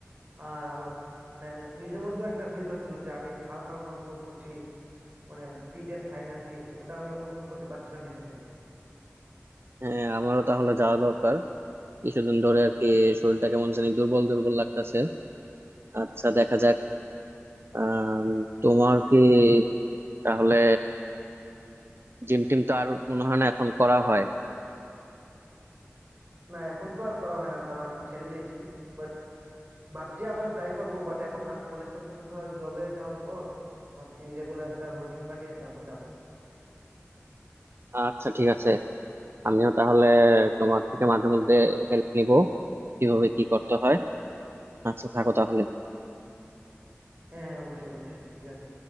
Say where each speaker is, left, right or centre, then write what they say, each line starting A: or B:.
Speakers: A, on the right; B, on the right.
A: আর আমার মানে নিজের মধ্যেও একটা ফিল হচ্ছিল যে আমি হালকা হালকা অনুভব করছি মানে ফিট এন্ড ফাইন আছি ওটা আমি অনুভব করতে পারছিলাম নিজে থেকে
B: হ্যাঁ আমারও তাহলে যাওয়া দরকার কিছুদিন ধরে আর কি শরীরটা কেমন জানি দুর্বল দুর্বল লাগতেছে আচ্ছা দেখা যাক আম, তোমার কি তাহলে জিম টিম তো আর মনে হয় না এখন করা হয়
A: না এখন তো আর করা হয় না কারণ আমি ছেড়ে দিয়েছি বাট ভাবছি আবার ট্রাই করব বাট এখন না কলেজটা কমপ্লিট হওয়ার জবে যাওয়ার পর ভাবছি রেগুলার একটা রুটিন বানিয়ে তারপর যাব
B: আচ্ছা ঠিক আছে আমিও তাহলে তোমার থেকে মাঝে মধ্যে হেল্প নিব কিভাবে কি করতে হয় আচ্ছা থাকো তাহলে
A: হ্যাঁ হ্যাঁ অবশ্যই অবশ্যই ঠিক আছে